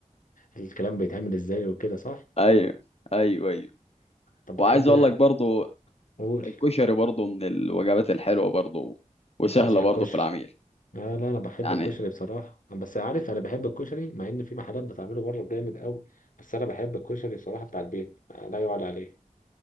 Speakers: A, on the left; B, on the left.
A: الكلام بيتعمل ازاي وكده صح
B: ايوه ايوه ايوه
A: طب بتحب
B: وعايز اقول لك برضو
A: قول
B: الكشري برضو من الوجبات الحلوة برضو
A: بعشق
B: وسهلة برضو
A: الكشري
B: في العميل
A: آه لا انا بحب
B: يعني
A: الكشري بصراحه بس عارف انا بحب الكشري مع ان في محلات بتعمله بره جامد قوي بس انا بحب الكشري بصراحه بتاع البيت آه، لا يعلى عليه